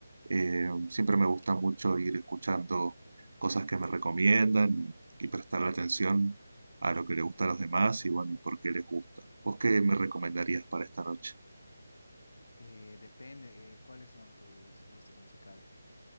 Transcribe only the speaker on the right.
Eh, siempre me gusta mucho ir escuchando cosas que me recomiendan y, y prestarle atención a lo que le gusta a los demás y bueno, y por qué les gusta. ¿Vos qué me recomendarías para esta noche?